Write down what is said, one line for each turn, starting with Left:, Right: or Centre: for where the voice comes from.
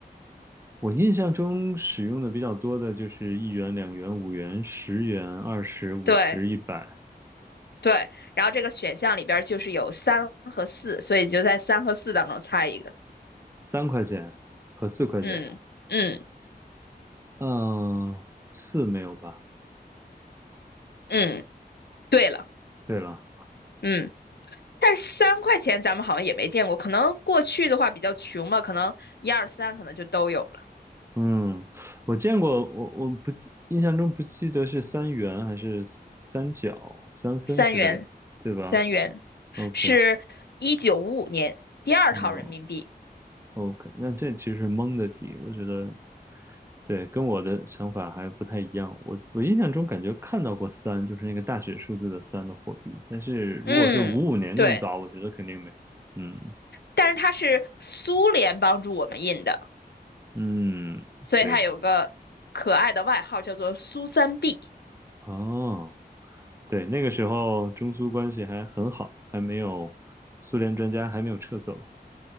Right: 我印象中使用的比较多的就是一元、两元、五元、十元、二十、五十、
Left: 对
Right: 一百、
Left: 对，然后这个选项里边儿就是有三和四，所以你就在三和四当中猜一个。
Right: 三块钱和四块钱。
Left: 嗯嗯
Right: 嗯，四没有吧？
Left: 嗯，对了，
Right: 对了，
Left: 嗯，但是三块钱咱们好像也没见过，可能过去的话比较穷嘛，可能一二三可能就都有了。
Right: 嗯，我见过，我我不记，印象中不记得是三元还是三三角、三分之类的，
Left: 三元，
Right: 对吧
Left: 三元
Right: ？OK，
Left: 是一九五五年第二套人民币。
Right: 嗯，OK，那这其实是蒙的题，我觉得对，跟我的想法还不太一样。我我印象中感觉看到过三，就是那个大写数字的三的货币，但是如果是五五年那么早，
Left: 嗯，对。
Right: 我觉得肯定没有。嗯
Left: 但是它是苏联帮助我们印的，
Right: 嗯，
Left: 所以它有个可爱的外号叫做苏三
Right: 对的。
Left: B。
Right: 哦，对，那个时候中苏关系还很好，还没有苏联专家还没有撤走。